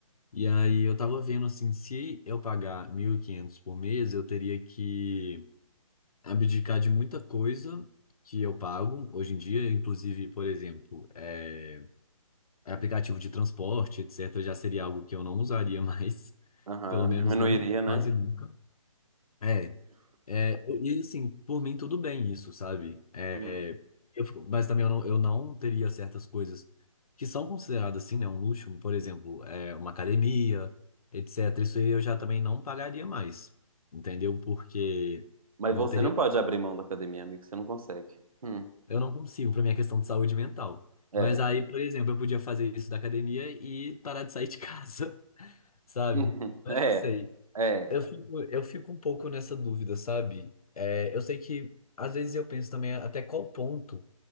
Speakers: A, on the left (about 85°); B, on the right (about 75°).
A: E aí eu tava vendo, assim, se eu pagar 1.500 por mês, eu teria que abdicar de muita coisa que eu pago hoje em dia, inclusive, por exemplo, é, aplicativo de transporte, etc., já seria algo que eu não usaria mais,
B: Aham,
A: <laughs> pelo menos
B: diminuiria,
A: não
B: né?
A: quase nunca. É, E assim, por mim tudo bem isso, sabe? É,
B: Uhum.
A: eu fico- mas também eu não, eu não teria certas coisas que são consideradas assim, né, um luxo, por exemplo, é, uma academia, etc. Isso aí eu já também não pagaria mais, entendeu? Porque
B: Mas
A: não
B: você
A: teria,
B: não pode abrir mão da academia, amigo, você não consegue. Hum,
A: eu não consigo para minha questão de saúde mental.
B: É.
A: Mas aí,
B: <laughs>
A: por exemplo, eu podia fazer isso da academia e parar de sair de casa, <laughs> sabe?
B: Uhum.
A: Mas
B: É.
A: não sei.
B: É.
A: Eu fico, eu fico um pouco nessa dúvida, sabe? É, eu sei que às vezes eu penso também até qual ponto